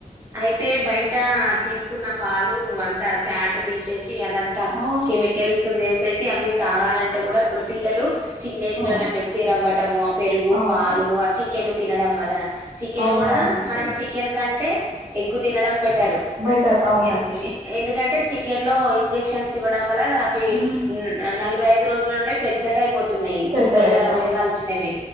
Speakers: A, on the right (about 20°); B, on the right (about 40°).
A: అయితే బయట తీసుకున్న పాలు అంత ఫ్యాట్ తీసేసి అదంతా
B: ఆ
A: కెమికల్స్ వేసేసి అవి తాగాలంటే కూడా ఇప్పుడు పిల్లలు చిన్న ఏజ్లోనే
B: అవును
A: మెర్చి రవ్వటము ఆ పెరుగు
B: అవును
A: పాలు ఆ చికెన్ తినడం వలన చికెన్
B: అవునవునండి
A: కూడా మనం చికెన్ కంటే ఎగ్గు తినడం బెటర్
B: బెటర్ అవునండి
A: ఎ ఎందుకంటే చికెన్ లో ఇంజెక్షన్స్ ఇవ్వడం వల్ల అవి
B: ఉమ్
A: నలభై ఐదు రోజులోనే పెద్దగా అయిపోతుంది న్నాయి మూడు
B: పెద్దగా
A: నెలలు
B: అయిపో
A: పెరగాల్సినవి